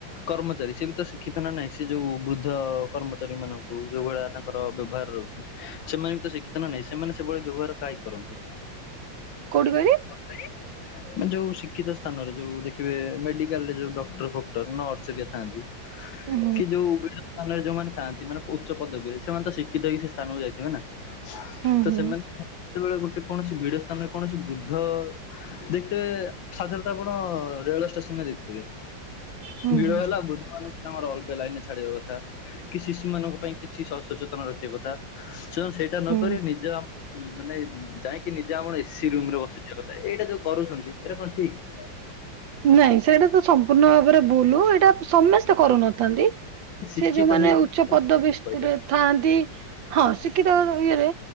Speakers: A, on the left; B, on the right.
A: କର୍ମଚାରୀ ସେ ବି ତ ଶିକ୍ଷିତ ନା ନାହିଁ, ସେ ଯୋଉ ବୃଦ୍ଧ କର୍ମଚାରୀ ମାନଙ୍କୁ ଯୋଉ ଭଳିଆ ତାଙ୍କର ବ୍ୟବହାର ରହୁ ଛି, ସେମାନେ ବି ତ ଶିକ୍ଷିତ ନା ନାହିଁ ସେମାନେ ସେଭଳି ବ୍ୟବହାର କାହିଁ କରନ୍ତି?
B: କୋଉଠି କହିଲେ?
A: କୋଉଠି? ମାନେ ଯୋଉ ଶିକ୍ଷିତ ସ୍ଥାନରେ, ଯୋଉ ଦେଖିବେ ମେଡିକାଲ ରେ ଯୋଉ ଡକ୍ଟର ଫକ୍ଟର ନର୍ସ ଥାନ୍ତି
B: ହୁଁ
A: କି ଯୋଉ ବେ ସ୍ଥାନରେ ଯୋଉମାନେ ଥାନ୍ତି, ମାନେ ଉଚ୍ଚ ପଦବୀରେ, ସେମାନେ ତ ଶିକ୍ଷିତ ହେଇକି ସେ ସ୍ଥାନକୁ ଯାଇଥିବେ ନା?
B: ହୁଁ
A: ତ
B: ହୁଁ
A: ସେମାନେ ଯେତେବେଳେ ଗୋଟେ କୌଣସି ଭିଡ ସ୍ଥାନରେ କୌଣସି ବୃଦ୍ଧ ଦେଖିବେ ସାଧାରଣତଃ ଆପଣ ରେଳୱ ଷ୍ଟେସନରେ ଦେଖିବେ।
B: ହୁଁ
A: ଭିଡ଼
B: ହୁଁ।
A: ହେଲା ବୁଦ୍ଧ ମାନଙ୍କୁ ଆମର ଅଲଗା ଲାଇନ୍ ରେ ଛାଡିବା କଥା, କି ଶିଶୁ ମାନଙ୍କ ପାଇଁ କିଛି ସଚେତନ ରଖିବା କଥା ସେମାନେ ସେଇଟା ନକରି
B: ହୁଁ
A: ନିଜେ ଆମ ମାନେ ଯାଇକି ନିଜେ ଆମର ଏସି ରୁମ୍ ରେ ବସିଯିବା କଥା ଏଇଟା ଯୋଉ କରୁଛନ୍ତି ଏଇଟା କଣ ଠିକ୍?
B: ନାଇଁ ସେଇଟା ତ ସମ୍ପୂର୍ଣ୍ଣ ଭାବରେ ଭୁଲ୍ ଏଇଟା ସମସ୍ତେ କରୁନଥାନ୍ତି
A: ଶିକ୍ଷିତ
B: ସେ ଯୋଉମାନେ
A: ହେଇକି
B: ଉଚ୍ଚ ପଦବୀ ସ୍ଥିରେ
A: କହିବା
B: ଥାନ୍ତି, ହଁ ଶିକ୍ଷିତ ଇଏରେ